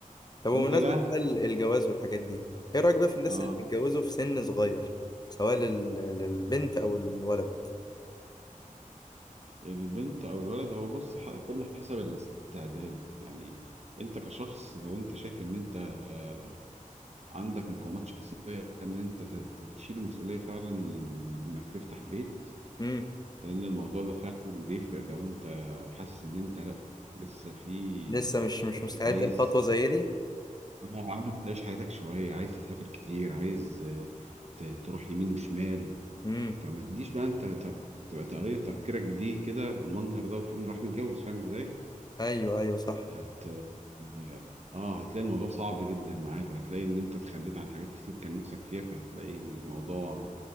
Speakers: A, on the left; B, on the right.
A: طب
B: فانت
A: بمناسبة
B: ده
A: بقى ال- الجواز والحاجات دي ايه رأيك بقى في الناس
B: اه
A: اللي بيتجوزوا في سن صغير سواء لل... للبنت او الولد
B: البنت او الولد هو بص ح- كله حسب الاستعداد يعني انت كشخص لو انت شايف ان انت آه، عندك مقومات شخصية ان انت ت- ت- تشيل المسؤولية فعلا انك تفتح بيت
A: امم
B: لان الموضوع ده فعلا بيفرق لو انت حاسس ان انت لا لسه في
A: لسه مش مش مستعد
B: عايز
A: لخطوة زي دي
B: آه، عايز تعيش حياتك شوية عايز تسافر كتير عايز آه، ت- تروح يمين وشمال
A: امم
B: فما تجيش بقى انت ت- تبقى طريقة تفكيرك دي كده بالمنظر ده وتقوم راح متجوز فاهم ازاي؟
A: ايوه ايوه صح
B: هت اه آه، هتلاقي الموضوع صعب جدا معاك وهتلاقي ان انت اتخليت عن حاجات كتير كان نفسك فيها فهتلاقي الموضوع